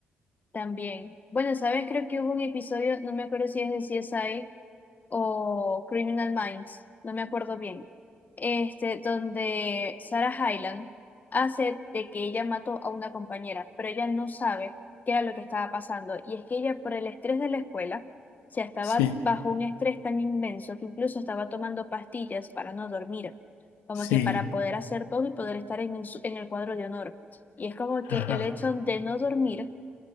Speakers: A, on the left; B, on the left.
A: también. Bueno, ¿sabes? Creo que hubo un episodio, no me acuerdo si es de CSI, o Criminal Minds, no me acuerdo bien, este, donde Sarah Hyland hace de que ella mató a una compañera, pero ella no sabe qué era lo que estaba pasando. Y es que ella, por el estrés de la escuela, o sea, estaba
B: Sí,
A: bajo un estrés tan inmenso que incluso estaba tomando pastillas para no dormir, como
B: sí,
A: que para poder hacer todo y poder estar en, el su- en el cuadro de honor. Y es como
B: ajá.
A: que el hecho de no dormir